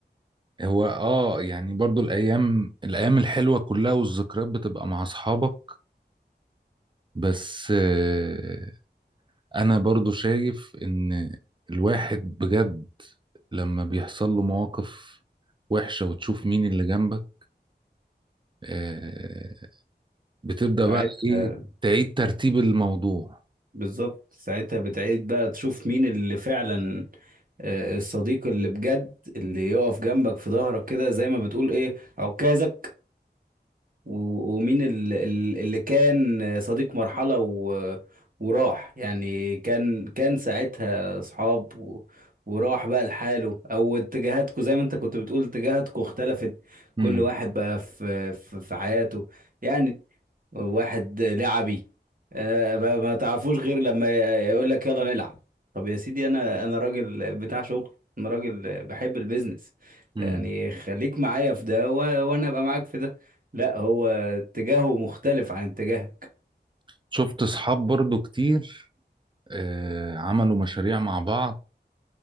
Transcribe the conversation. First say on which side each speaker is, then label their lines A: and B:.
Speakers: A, on the right; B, on the right.
A: هو آه يعني برضو الأيام الأيام الحلوة كلها والذكريات بتبقى مع أصحابك بس آه أنا برضو شايف إن الواحد بجد لما بيحصل له مواقف وحشة وتشوف مين اللي جنبك آه، بتبدأ
B: ساعتها
A: بقى ايه تعيد ترتيب الموضوع
B: بالظبط ساعتها بتعيد بقى تشوف مين اللي فعلا آه، الصديق اللي بجد اللي يقف جنبك في ظهرك كده زي ما بتقول ايه عكازك و- ومين ال- ال- اللي كان صديق مرحلة و... وراح يعني كان كان ساعتها صحاب و... وراح بقى لحاله او اتجاهاتكم زي ما انت كنت بتقول اتجاهاتكم اختلفت
A: امم
B: كل واحد بقى في في, في حياته يعني واحد لعبي آه، ما ما تعرفوش غير لما يقول لك يلا نلعب طب يا سيدي انا انا راجل بتاع شغل انا راجل بحب البيزنس
A: امم
B: يعني خليك معايا في ده و- وانا ابقى معاك في ده لا هو اتجاهه مختلف عن اتجاهك
A: شفت اصحاب برضو كتير آه عملوا مشاريع مع بعض